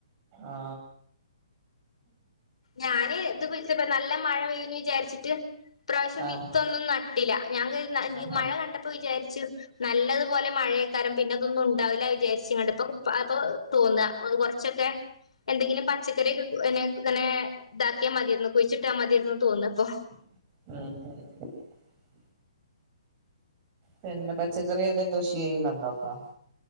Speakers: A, on the right (about 20°); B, on the left (about 85°).
A: ആ
B: ഞാന് ഇത് വിളിച്ചപ്പം നല്ല മഴ പെയ്യ വിചരിച്ചു പ്രാവശ്യം
A: ആഹ്
B: വിത്തൊന്നും നട്ടില്ല ഞ
A: ആഹ്
B: മഴ
A: ആഹ്
B: കണ്ടപ്പോ വിചാരി ച്ചു. നല്ലതുപോലെ മഴയെക്കാരം പിന്നെതൊന്നും ഉണ്ടാവില്ല വിചാരിച്ചുങ്ങണ്ട് ഇപ്പ അപ്പൊ തോന്നാ കുറച്ചൊക്കെ എന്തെങ്കിലും പച്ചക്കറി റൊക്കെെ അങ്ങനെ ഇതാക്കിയാൽ മതിരുന്നു കുഴിച്ചിട്ടാ മതിന്ന് തോന്നാ ഇപ്പൊ
A: ഉം ഉം ഉം പിന്നെ പറ്റ പച്ചക്കറിയൊക്കെ കൃഷി ചെയ്യുന്നുണ്ടോപപ്പോ